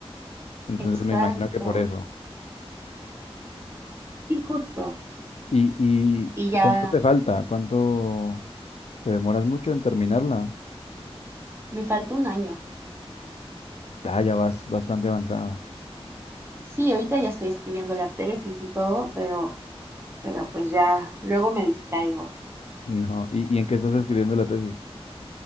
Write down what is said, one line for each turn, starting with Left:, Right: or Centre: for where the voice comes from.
Left: Entonces
Right: exacto,
Left: me imagino que por eso.
Right: sí, justo.
Left: ¿Y, y,
Right: Y ya
Left: y cuánto te falta? ¿Cuánto te demoras mucho en terminarla?
Right: me falta un año.
Left: Ah, ya vas bastante avanzada. <laughs>
Right: Sí, ahorita ya estoy escribiendo la tesis y todo, pero, pero pues ya, luego me distraigo.
Left: No, ¿y, y en qué estás escribiendo la tesis?